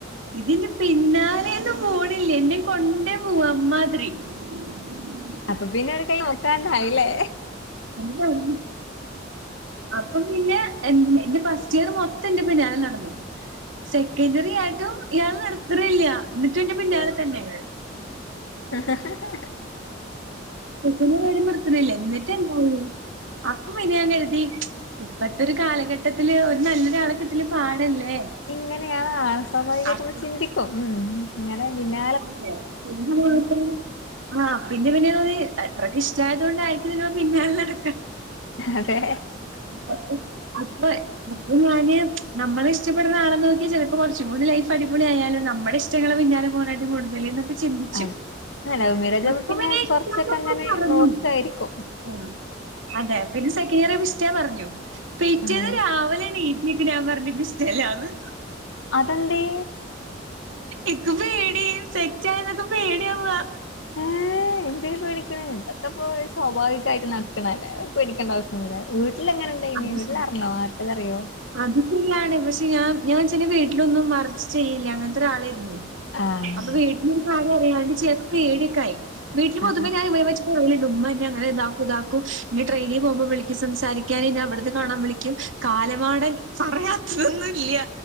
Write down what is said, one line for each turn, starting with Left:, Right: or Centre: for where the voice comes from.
Right: ഇതിന്റെ പിന്നാലെന്നും പോണില്ല എന്നെ കൊണ്ടേ പോകു അമ്മാതിരി <unintelligible>
Left: അപ്പൊ പിന്നെ ഒരു കൈ നോട്ടാണ്ടായില്ലേ
Right: എന്താരുന്നു അപ്പൊ പിന്നെ എ എന്റെ ഫസ്റ്റ് ഇയർ മൊത്തം എന്റെ പിന്നാലെ നടന്നു. സെക്കൻഡറി ആയിട്ടും ഇയാൾ നിർത്തിനില്ല എന്നിട്ട് ന്റെ പിന്നാലെ തന്നെ
Left: ഹ.. ഹ.. ഹ..
Right: <unintelligible> നിർത്തണില്ല എന്നിട്ട് എന്തായി അപ്പം പിന്നെ ഞാൻ കരുതി ഇപ്പത്തെ ഒരു കാലഘട്ടത്തില് ഒരു നല്ലൊരാളെ കിട്ടല് പാടല്ലേ?
Left: ഇങ്ങനെയാണ് ആ.. സ്വാഭാവികയാട്ടൊന്നു
Right: അപ്പൊ
Left: ചിന്തിക്കും ഉം ഇങ്ങനെ പിന്നെ
Right: അതെ <unintelligible> ആഹ് പിന്നെ പിന്നെ തോന്നി എത്രക്കെ ഇഷ്ട്ടായത്കൊണ്ടായിരിക്കും പിന്നൊല നട
Left: അതെ
Right: അപ്പൊ അപ്പൊ അപ്പൊ ഞാന് നമ്മള ഇഷ്ടപ്പെടണ ആള നോക്കിയാ ചെലപ്പോ കുറച്ചുംകൂടി ലൈഫ് അടിപൊളിയ ആയാലും നമ്മുടെ ഇഷ് റ്റങ്ങളെ പിന്നാലെ പോണണ്ട് മുണ്ടല് ന്നൊക്കെ ചിന്തിച്ചു
Left: ആഹ് ആഹ് ലവ് മാരേജ്
Right: അപ്പംപിന്നെ
Left: ആവുമ്പോ പിന്നെ
Right: ഇഷ്ടണന്ന്
Left: കൊറച്ചൊക്കെ അങ്ങനെ
Right: പറഞ്ഞു
Left: നോക്കായിരിക്കും
Right: ആ അതെ പിന്നെ സെക്കൻഡ് ഇയർ പിസ്റ്റിയ പറഞ്ഞു പിറ്റേന്ന്
Left: ആഹ്
Right: രാവിലെണീ നേക്ക് ഞാൻ പറഞ്ഞ് എനിക്ക് ഇഷ്ടല്ലാന്ന്
Left: അതെന്തെ?
Right: എക്ക് പേടിയ സെറ്റ് ആയന്നൊക്കെ പേടിയ നാ
Left: ഏഹ് എന്തിന് പേടിക്കണ ഇന്തൊക്കപ്പോ സ്വാഭാവികമായിട്ട് നടക്കണല്ലേ പേടിക്കേണ്ട അവസ്ഥ എ വീട്ടിലെങ്ങനെണ്ടനി
Right: അത്
Left: വീട്ടിൽ അറണോ ആർക്കേലും അറിയോ
Right: അത് ശര്യാണ് പക്ഷെ ഞാ ഞാ ച്ചനെ വീട്ടിലൊന്നും മറച്ച് ചെയ്യില്ല അങ്ങൻത്തൊരാളേര്ന്നു.
Left: ആഹ...
Right: അപ്പ വീട്ടിലൊരു കാര്യ അറിയാണ്ട് ചെയ്ത പേടിയൊക്കായി വീട്ടിൽ പൊതുവേ
Left: ആഹ്
Right: ഞാന് <unintelligible> ഉമ്മന്നെ അങ്ങനെ ഇതാക്കും ഇതാക്കും എന്നെ ട്രെയിനിൽ പോകുമ്പോ വിളിക്കും, സംസാരിക്കാൻ എന്നെ അവിടുന്ന് കാണാൻ വിളിക്കും കാലമാടൻ പറയാത്തതൊന്നുല്ല്യ